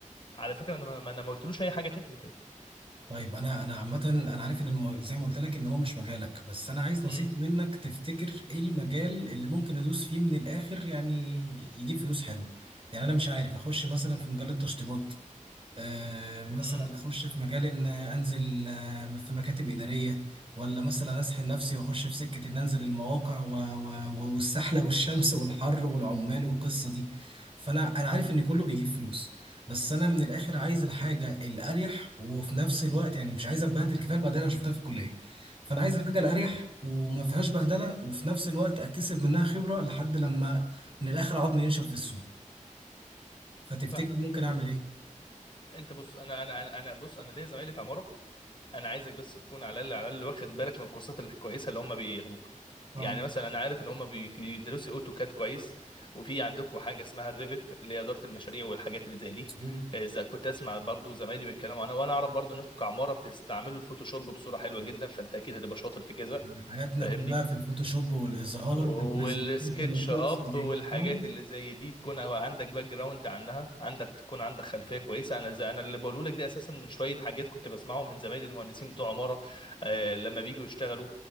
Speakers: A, on the left; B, on the right.
A: على فكره انا ما ما- انا ما قلتلوش اي حاجه تكنيكال
B: طيب انا انا عامه انا عارف ان المو... زي ما قلت لك ان هو مش مجالك بس انا عايز
A: امم
B: نصيحه منك تفتكر ايه المجال اللي ممكن ادوس فيه من الاخر يعني يجيب فلوس حلوه يعني انا مش عارف اخش مثلا في مجال التشطيبات آه، مثلا
A: امم
B: اخش في مجال ان انزل آه، في مكاتب اداريه ولا مثلا اسحل نفسي واخش في سكه ان انزل المواقع و- و- و- والسحله والشمس والحر والعمال والقصه دي فانا انا عارف ان كله بيجيب فلوس بس انا من الاخر عايز الحاجه الاريح وفي نفس الوقت يعني مش عايز اتبهدل كفايه البهدله انا شفتها في الكليه فانا عايز الحاجه الاريح وما فيهاش بهدله وفي نفس الوقت اكتسب منها خبره لحد لما من الاخر عضمي ينشف في السوق فتفتكر
A: فاهمك
B: ممكن اعمل ايه؟
A: انت بص انا انا انا أنا- بص انا ليا زمايلي في عماره انا عايزك بس تكون على الاقل على الاقل واخد بالك من الكورسات الكويسه اللي هم بياخدوها
B: اه
A: يعني مثلا انا عارف ان هم بي- بيدرسوا اوتوكاد كويس وفي عندكم حاجه اسمها الريفت اللي هي اداره المشاريع والحاجات اللي زي دي
B: مظبوط
A: اذا كنت اسمع برضو زمايلي بيتكلموا عنها وانا اعرف برضو انكم كعماره بتستعملوا الفوتوشوب بصوره حلوه جدا فانت اكيد هتبقى شاطر في كذا
B: يعني حياتنا
A: فاهمني
B: كلها في الفوتوشوب والإظهار
A: والسكتش
B: والبرزنتيشن والقصص
A: اب
B: دي
A: والحاجات
B: فاهم؟
A: اللي زي دي تكون عندك باك جراوند عنها عندك تكون عندك خلفيه كويسه انا زي انا اللي بقوله لك ده اساسا من شويه حاجات كنت بسمعهم من زمايلي المهندسين بتوع عماره آه لما بيجوا يشتغلوا